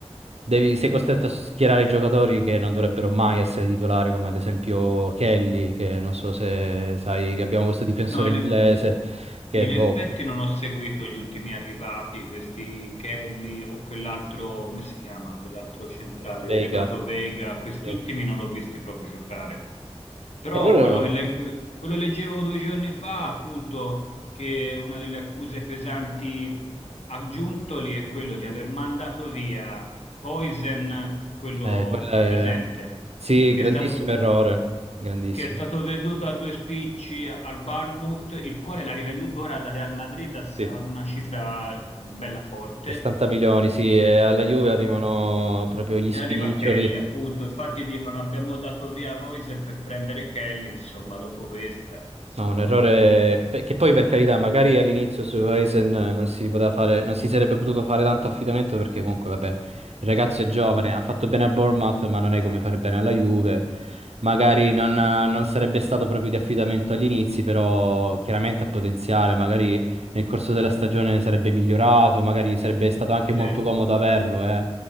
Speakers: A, on the right (about 70°); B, on the left (about 75°).
A: devi- sei costretto a schierare i giocatori che non dovrebbero mai essere titolari, come ad esempio Kelly, che non so se sai che abbiamo questo difensore
B: No, in
A: inglese
B: eff-
A: che
B: In
A: boh,
B: effetti non ho seguito gli ultimi arrivati, questi Kelly o quell'altro, come si chiama, quell'altro centrale,
A: Vega.
B: Renato Veiga, questi
A: Sì.
B: ultimi non l'ho visti proprio giocare. Però
A: E loro-
B: quello che legg- quello leggevo due giorni fa, appunto, che una delle accuse pesanti a Giuntoli è quello di aver mandato via Huijsen, quello
A: eh, quella è-
B: a presente,
A: Sì,
B: che
A: grandissimo
B: è stato
A: errore, grandissimo.
B: che è stato venduto a due spicci al Bournemouth, il quale l'ha rivenduto ora al Real Madrid a s-
A: Sì.
B: a una cifra bella forte.
A: 60 milioni, sì, e alla Juve arrivano proprio gli
B: E
A: spiccioli.
B: arriva Kelly, appunto. Infatti dicono abbiamo dato via Hoysen per prendere Kelly, insomma, dopo questa si
A: No,
B: può
A: un errore
B: anche...
A: beh, che poi per carità, magari all'inizio su Huijsen eh, non si poteva fare, non si sarebbe potuto fare tanto affidamento perché comunque, vabbè, il ragazzo è giovane, ha fatto bene a Bournemouth, ma non è come fare bene alla Juve. Magari
B: Certo,
A: non, non sarebbe stato proprio di affidamento agli inizi, però chiaramente ha potenziale, magari nel corso della stagione sarebbe migliorato, magari sarebbe stato anche
B: sì,
A: molto comodo averlo, eh,